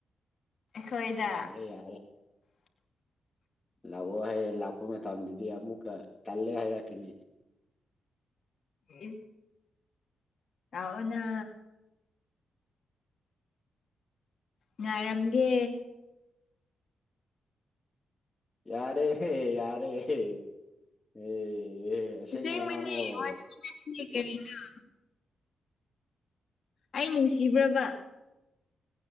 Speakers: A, on the left; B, on the left.
A: ꯑꯩꯈꯣꯏꯗ
B: ꯌꯥꯔꯦ ꯌꯥꯔꯦ
A: <inaudible>
B: ꯂꯥꯛꯑꯣ ꯍꯥꯢꯔ ꯂꯥꯛꯄ ꯃꯇꯝꯗꯗꯤ ꯑꯃꯨꯛꯀ ꯇꯜꯂꯦ ꯍꯥꯢꯔꯛꯈꯤꯅꯤ
A: <inaudible> ꯂꯥꯛꯎꯅ ꯉꯥꯢꯔꯝꯒꯦ
B: ꯌꯥꯔꯦꯍꯦ ꯌꯥꯔꯦꯍꯦ ꯑꯦ ꯑꯁꯦꯡꯕ
A: ꯑꯁꯦꯡꯕꯅꯦ
B: ꯉꯥꯡꯑꯣ
A: <unintelligible> ꯑꯩ ꯅꯨꯡꯁꯤꯕ꯭ꯔꯕ